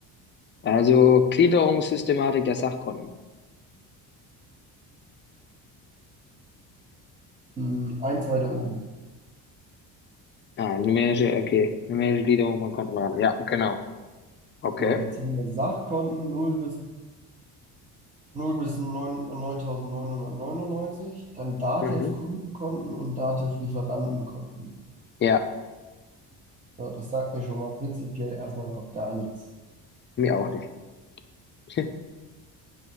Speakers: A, on the left; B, on the right.
A: Also, Gliederungssystematik der Sachkonten.
B: Hm, eins weiter oben.
A: Ah, numerische, okay. Numerische Gliederung von Kontenraten. Ja, genau. Okay.
B: So, jetzt haben wir Sachkonten null bis 0 bis 9, 9.999, dann Datev-Kundenkonten
A: Mhm.
B: und Datev-Lieferantenkonten.
A: Ja,
B: So, das sagt mir schon mal prinzipiell erstmal noch gar nichts.
A: mir auch nicht. <laughs>